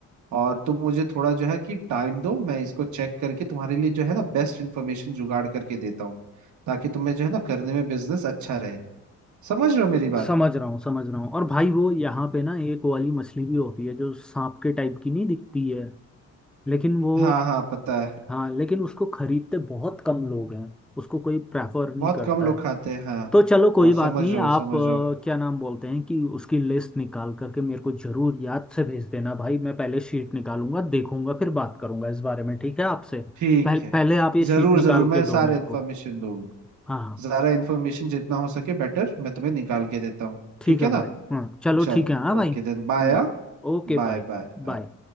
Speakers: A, on the right; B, in the centre.
A: और तुम मुझे थोड़ा जो है कि टाइम दो मैं इसको चेक करके तुम्हारे लिए जो है ना बेस्ट इन्फॉर्मेशन जुगाड़ करके देता हूँ ताकि तुम्हें जो है ना करने में बिजनेस अच्छा रहे समझ रहे हो मेरी बात
B: समझ रहा हूँ समझ रहा हूँ और भाई वो यहाँ पे ना एक वाली मछली भी होती है जो सांप के टाइप की नहीं दिखती है लेकिन वो
A: हाँ हाँ पता है
B: हाँ लेकिन उसको खरीदते बहुत कम लोग हैं उसको कोई प्रेफर नहीं
A: बहुत
B: करता
A: कम लोग
B: है
A: खाते हैं हाँ
B: तो चलो कोई
A: हाँ
B: बात
A: समझ
B: नहीं
A: रहा
B: आप
A: हूँ समझ
B: अ,
A: रहा हूँ
B: क्या नाम बोलते हैं कि उसकी लिस्ट निकाल करके मेरे को जरूर याद से भेज देना भाई मैं पहले शीट निकालूंगा देखूंगा फिर बात करूंगा इस बारे में ठीक है आपसे
A: ठीक
B: पहले
A: है
B: पहले आप ये
A: जरूर
B: शीट निकाल
A: जरूर
B: के
A: मैं
B: दो
A: सारे
B: मेरे
A: इन्फॉर्मेशन
B: को
A: दूंगा
B: हाँ हाँ
A: ज़्यादा इन्फॉर्मेशन जितना हो सके बेटर मैं तुम्हें निकाल के देता हूँ
B: ठीक
A: ठीक
B: है
A: है ना
B: भाई हाँ चलो
A: चलो
B: ठीक है हाँ भाई
A: okay
B: हम्म
A: then bye
B: Okay
A: Bye
B: bye
A: bye
B: बाय